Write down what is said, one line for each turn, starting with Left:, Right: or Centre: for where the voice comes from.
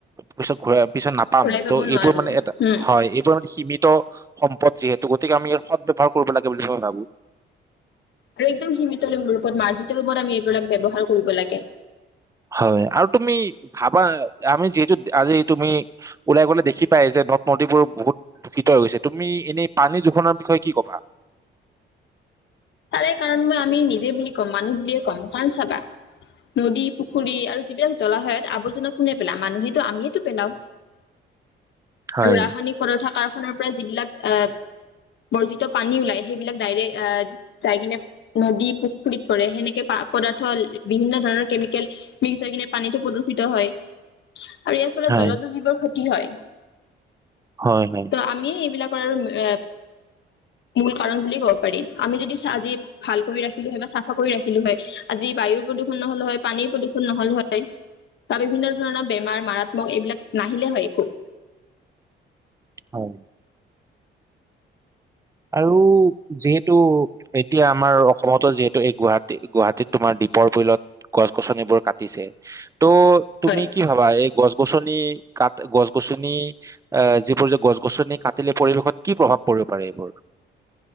Right: পিছত ঘূৰা পিছত না- পাম
Left: ঘূৰাই পাব
Right: ত'
Left: নোৱাৰো
Right: এইবোৰ মানে এটা
Left: হম
Right: হয়, এইবোৰ মানে সীমিত- সম্পদ যিহেতু, গতিকে আমি ইয়াৰ সদ ব্যৱহাৰ কৰিব লাগে বুলি মই ভাবো।
Left: আৰু একদম সীমিত ৰূপত মাৰ্জিত ৰূপত আমি এইবিলাক ব্যৱহাৰ কৰিব লাগে।
Right: হয়, আৰু তুমি ভাবা আমি যিহেতু আজি তুমি- ওলাই গ'লে দেখি পায় যে নদ নদীবোৰ বহুত- দূষিত হৈ গৈছে। তুমি এনেই পানী দুষণৰ বিষয়ে কি কবা?
Left: তাৰে কাৰণ মই আমি নিজে বুলি ক'ম মানুহ বোলিয়ে কম, কাৰণ চাবা, - নদী পুখুৰী আৰু যিবিলাক জলাহয়ত আৱৰ্জনা কোনে পেলায় মানুহেইটো আমিয়েটো পেলাওঁ।
Right: হয়
Left: আৰু ৰাসায়নিক- পদাৰথ কাৰখনৰ পৰা যিবিলাক আহ বৰ্জিত পানী ওলাই সেইবিলাক ডাইৰেক আ- যাই কিনে নদী পুখুৰীত পৰে। সেনেকে পা- পদাৰ্থ বিভিন্ন ধৰণৰ কেমিকেল মিক্স হৈ কিনে পানীটো প্ৰদূষিত হয়। আৰু ইয়াৰ ফলত
Right: হয়
Left: জলজ জীৱৰ ক্ষতি হয়
Right: হয় হয়
Left: ত আমি এইবিলাক- কৰ আৰু এ মূল কাৰণ বুলি ক'ব পাৰি। আমি যদি চা আজি- ভাল কৰি ৰাখিলো হয় বা চাফা কৰি ৰাখিলো হয় আজি বায়ুৰ প্ৰদূৰণ নহল হয় পানীৰ প্ৰদূষণ নহল হয়। বা বিভিন্ন ধৰণৰ বেমাৰ মাৰাত্মক এইবিলাক নাহিলে হয় একো।
Right: হয়। আৰু যিহেতু- এতিয়া আমাৰ অসমতো যিহেতু, এই গুৱাহাটী গুৱাহাটীত তোমাৰ দ্বীপৰ বিলত- গছ গছনিবোৰ কাটিছে, ত' তুমি
Left: হয়
Right: কি- ভাবা এই গছ গছনি কাট গছ গছনি- আহ যিবোৰ যে গছ গছনি কাটিলে পৰিৱেশত কি প্ৰভাৱ পৰিব পাৰে এইবোৰ?